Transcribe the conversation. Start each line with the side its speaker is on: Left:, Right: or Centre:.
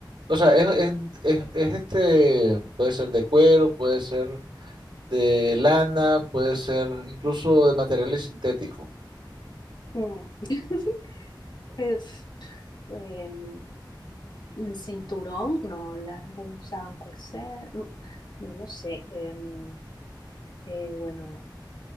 Right: o sea, es, es, es- es este, puede ser de cuero, puede ser de lana, puede ser incluso de materiales sintéticos.
Left: Mm. <laughs> Es, em, cinturón, no, las mujeres usaban corset, no, no lo sé. em, eh, bueno,